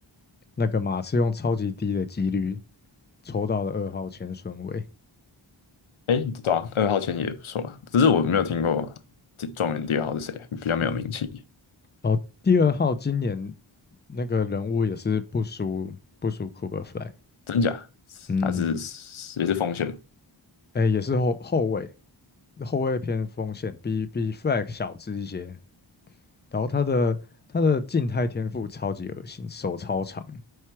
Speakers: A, on the left; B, on the left.
A: 那个马刺用超级低的几率抽到了二号前顺位，
B: 哎，对啊，二号签也不错啊，只是我没有听过这状元第二号是谁，比较没有名气，
A: 哦，第二号今年那个人物也是不输不输 Cooper Flag，
B: 真假？
A: 嗯，
B: 他是也是锋线嘛，
A: 哎，也是后后卫，后卫偏锋线，比比 Flag 小只一些。然后他的他的静态天赋超级恶心，手超长。